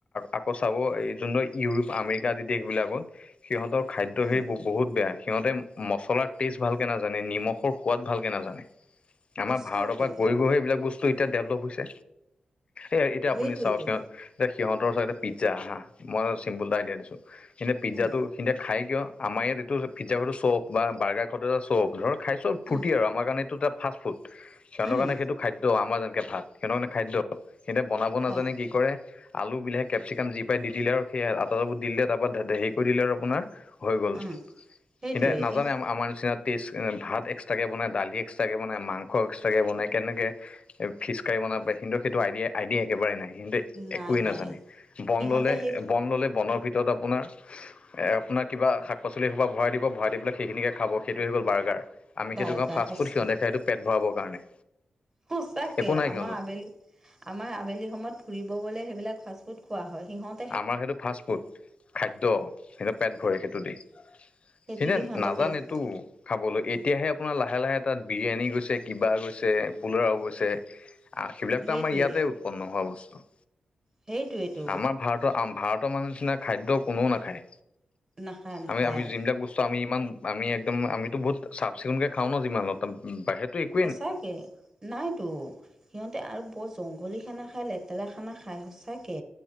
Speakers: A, on the left; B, on the right.
A: আক চাব এই যোন ইউৰোপ আমেৰিকা আদি দেশ বিলাকত সিহঁতৰ খাদ্য
B: উম,
A: হেৰি বহুত, সেয়া সিহঁতে মছলাৰ টেষ্ট ভালকে নাজানে নিমখৰ সোৱাদ ভালকে নাজানে। আমাৰ
B: সঁচাকে
A: ভাৰতৰ পৰা গৈ গৈ সেইবিলাক বস্তু এতিয়া ডেভেলপ হৈছে। এ এতিয়া
B: সেইটোৱেতো
A: আপুনি চাওক, এতিয়া সিহঁতৰ চাগে পিজা মই চিম্পুলটো আইডিয়া দিছোঁ সনেই পিজ্জাটো
B: উম,
A: এন্তয়া খাই কিয় আমাৰ ইয়াত এইটো পিজ্জা ঘটো চ্বফ বা বাৰ্গাৰ ঘটো এটা চ্বফ ধৰক, খাই চব ফূৰ্তি
B: উম,
A: আৰু আমাৰ কাৰণে এইটো এটা ফাষ্টফুড সিহঁৰ
B: উম,
A: কাৰে সেইটো খাদ্য আমাৰ যেনেকে ভাত। সেনোনে খাদ্য সিয়া বনাব
B: খাই
A: নাজানে
B: দে
A: কি কৰে। আলু বিলাহী কেপচিকাম যি পাই দি দিলে আৰু সেই আটা চাবোৰ দিলে তাৰপৰা হেৰি কৰি দিলে আৰু আপোনাৰ। হৈ গ'ল
B: উম, সেইটোৱে
A: সনে নাজানে
B: সিহঁত
A: আমাৰ নিচিনা, টেষ্ট ভাত এক্সট্ৰাকে বনায় দালি এক্সট্ৰাকে বনায় মাংস এক্সট্ৰাকে বনায় কেনেকে, এ ফিচ কাৰী বনাব পাৰে কিন্তু সেইটো আইডিয়া একেবাৰে নাই কিন্তু,
B: নাই,
A: একোৱেই নাজানে
B: নাই।
A: বন
B: সিহঁতে
A: ললে
B: সেই
A: বন ললে বনৰ ভিতৰত, য'ত আপোনাৰ আপোনাৰ কিবা শাক পাচলি সোপা, ভৰাই দিব ভৰাই দি পেল সেইখিনিকে খাব সেইটোই গ'ল বাৰ্গাৰ আমি
B: বাৰ্গাৰ
A: সেইটো কাৰওঁ ফাষ্টফুড
B: সঁচা
A: সিঁতে খাইটো, পেট ভৰাবৰ কাৰণে।
B: সচাকে
A: একো নাই
B: আমাৰ
A: সিহঁতৰ
B: আবেলি। আমাৰ আবেলি সময়ত ফুৰিব গলে সেইবিলাক ফাষ্টফুড খোৱা হয় সিহঁত,
A: আমাৰ সেইটো ফাষ্ট ফুড খাদ্য সেইটো পেট ভৰে সেইটো দি,
B: সেইটো
A: সিহঁতে
B: দি
A: নাজানেতটো,
B: পেট ভৰে
A: খাবলৈ এতিয়াহে আপোনাৰ লাহে লাহে তাত বিৰিয়ানী গৈছে কিবা গৈছে পুলাও গৈছে। সেইবিলাকতো
B: সেইটোৱে
A: আমাৰ ইয়াতেই উৎপন্ন হোৱা বস্তু।
B: সেইটোৱেতো
A: আমাৰ ভাৰতৰ ভাৰতৰ মানুহ নিচিনা খাদ্য কোননেও নাখায়।
B: নাখায়, নাখায়।
A: আমি আমি যোনিবিলাক বস্তু ত' আমি ইমান আমি একদম আমিতো বহুত চাফ চিকুণকে খাওঁ ন যিমানত, বাহিৰতটো একো
B: সঁচাকে, নাইতো সিহঁতে আৰু বৰ জংঘলী খানা খাই লেতেৰা খানা খাই সঁচাকে।